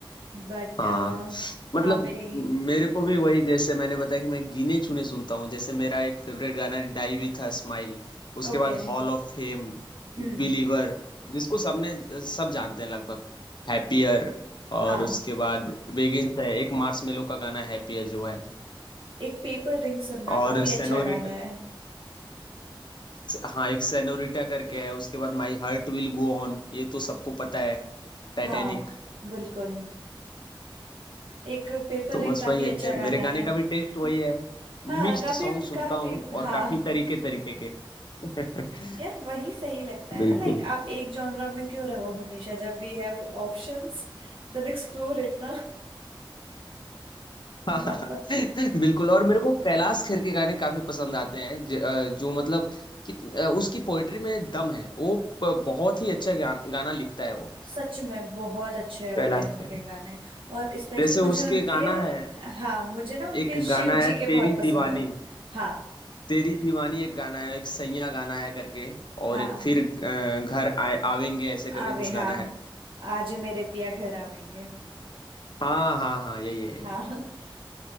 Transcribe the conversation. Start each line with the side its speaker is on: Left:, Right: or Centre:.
Right: बट
Left: हाँ मतलब
Right: हाँ मेरी
Left: मेरे को भी वही जैसे मैंने बताया कि मैं गिने चुने सुनता हूँ जैसे मेरा एक फेवरेट गाना है डाई विथ अ स्माइल उसके
Right: ओके
Left: बाद हॉल ऑफ फेम
Right: हम्म
Left: बिलीवर जिसको सबने सब जानते हैं लगभग हैप्पियर
Right: हाँ
Left: और उसके बाद बेगिंस है एक मार्शमेलो का गाना है हैप्पियर जो है
Right: एक पेपर रिंग सुनना
Left: और
Right: काफी
Left: सेनोरिटा
Right: अच्छा गाना है
Left: हाँ एक सेनोरिटा करके है उसके बाद my heart will go on ये तो सबको पता है टाइटैनिक
Right: हाँ बिल्कुल एक पेपर
Left: तो
Right: रिंग
Left: बस
Right: काफी
Left: वही
Right: अच्छा
Left: है
Right: गाना
Left: मेरे गाने
Right: है
Left: का भी टेस्ट वही
Right: <laughs>
Left: है
Right: हाँ
Left: मिक्स्ड
Right: काफी
Left: सॉन्ग सुनता
Right: काफी
Left: हूँ और
Right: हाँ
Left: काफी तरीके तरीके के <laughs>
Right: यार वही सही लगता है
Left: बिल्कुल
Right: ना लाइक आप एक जॉनरा में क्यों रहो हमेशा जब भी है ऑप्शंस देन एक्सप्लोर इट ना
Left: <laughs>
Right: हमारे पास
Left: बिल्कुल और मेरे को कैलाश खेर के गाने काफी पसंद आते हैं ज- अ, जो मतलब कित- अ, उसकी पोइट्री में दम है वो प- बहुत ही अच्छा गान, गाना लिखता है वो
Right: सच में बहुत अच्छे होते
Left: कैलाश
Right: हैं उनके
Left: खेर
Right: गाने और स्पेशली
Left: जैसे
Right: मुझे
Left: उसके
Right: उनके
Left: गाना है
Right: हाँ मुझे ना उनके
Left: एक
Right: शिव
Left: गाना है
Right: जी के बहुत
Left: तेरी
Right: पसंद
Left: दीवानी
Right: है हाँ
Left: तेरी दीवानी एक गाना है एक सैया गाना है करके और
Right: हाँ
Left: एक फिर अ, घर आए आवेंगे ऐसे करके
Right: आवे
Left: कुछ
Right: हाँ
Left: गाना है
Right: आज मेरे पिया घर आवेंगे
Left: हाँ हाँ हाँ यही है यही
Right: हाँ <laughs>